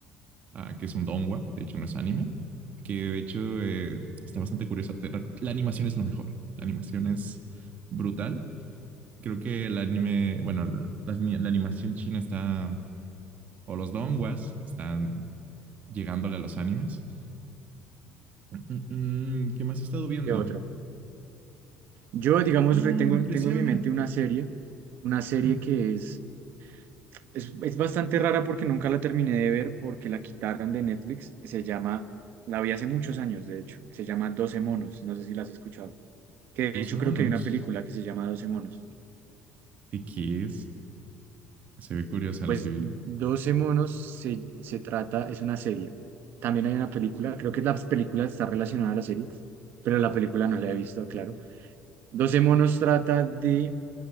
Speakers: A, on the right; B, on the right.
A: uh, que es un donghua, de hecho no es anime, que de hecho eh, está bastante curiosa. La animación es lo mejor, la animación es brutal. Creo que el anime, bueno, la, la animación china está, o los donghuas están llegándole a los animes. Mm, mm, ¿Qué más he estado viendo?
B: ¿Qué otro? Yo, digamos,
A: Ah,
B: re- tengo,
A: me presiona.
B: tengo en mi mente una serie, una serie
A: <laughs>
B: que es Es, es bastante rara porque nunca la terminé de ver porque la quitaron de Netflix. Se llama, la vi hace muchos años, de hecho. Se llama doce monos. No sé si la has escuchado. Que
A: 12
B: de hecho
A: monos.
B: creo que hay una película que se llama doce monos.
A: ¿Y qué es? Se ve curiosa
B: Pues
A: la estoy viendo.
B: doce monos se, se trata, es una serie. También hay una película, creo que la película está relacionada a la serie, pero la película no la he visto, claro. doce monos trata de